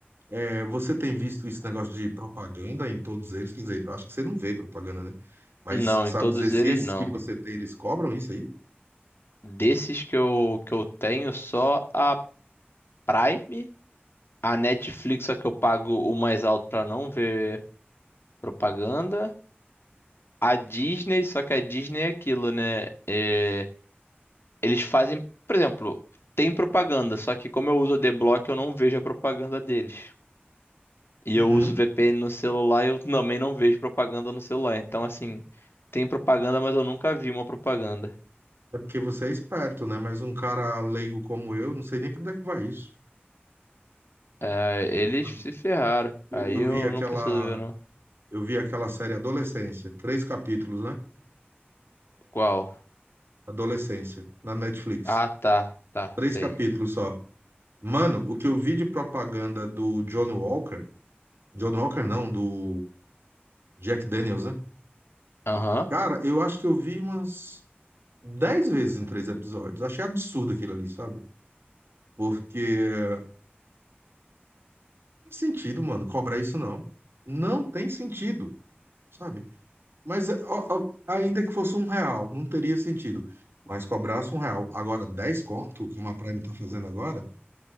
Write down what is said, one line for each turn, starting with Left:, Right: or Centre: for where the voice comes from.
Right: eh, você tem visto esse negócio de propaganda em todos eles? Quer dizer, eu acho que você não vê propaganda, né? Mas
Left: Não,
Right: sabe
Left: em todos
Right: dizer se
Left: eles
Right: esses
Left: não.
Right: que você tem, eles cobram isso aí?
Left: Desses que eu, que eu tenho, só a Prime, a Netflix, só que eu pago o mais alto pra não ver propaganda. A Disney, só que a Disney é aquilo, né? É, eles fazem, por exemplo, tem propaganda, só que como eu uso o D-Block eu não vejo a propaganda deles. E
Right: Uhum.
Left: eu uso VPN no celular, eu também não vejo propaganda no celular. Então, assim, tem propaganda, mas eu nunca vi uma propaganda.
Right: É porque você é esperto, né? Mas um cara leigo como eu, não sei nem para onde é que vai isso,
Left: É, eles
Right: sabe?
Left: se ferraram.
Right: Eu,
Left: Aí
Right: eu
Left: eu
Right: vi aquela,
Left: não preciso ver, não.
Right: eu vi aquela série Adolescência, três capítulos, né?
Left: Qual?
Right: Adolescência, na Netflix.
Left: Ah, tá, tá,
Right: Três
Left: sei.
Right: capítulos só. Mano, o que eu vi de propaganda do John Walker, John Walker não, do Jack Daniels, né?
Left: Aham.
Right: Cara, eu acho que eu vi umas dez vezes em três episódios. Achei absurdo aquilo ali, sabe? Porque não tem sentido, mano, cobrar isso não. Não tem sentido, sabe? Mas é, ó, ó, ainda que fosse um real, não teria sentido. Mas cobrasse um real. Agora, 10 conto, como a Prime tá fazendo agora,